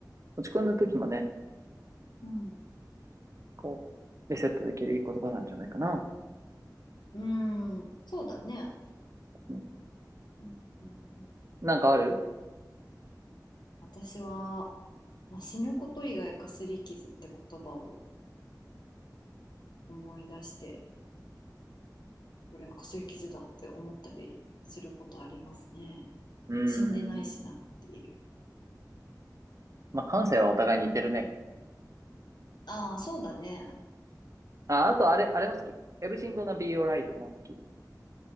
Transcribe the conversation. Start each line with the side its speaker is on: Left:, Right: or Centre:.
Right: 落ち込んだ時もね、
Left: うん。
Right: こう、リセットできるいい言葉なんじゃないかな。
Left: うん。そうだね。
Right: うん、
Left: うんうんうん。
Right: なんかある
Left: 私は、まあ、死ぬこと以外かすり傷って言葉を思い出して、これはかすり傷だって思ったりすることありますね。
Right: うー
Left: 死んでないしなっていう。
Right: ん。まあ、感性はお互い似てるね。
Left: ああ、そうだね。
Right: あ、あとあれ、あれも好き。Everything gonna be alright も好き。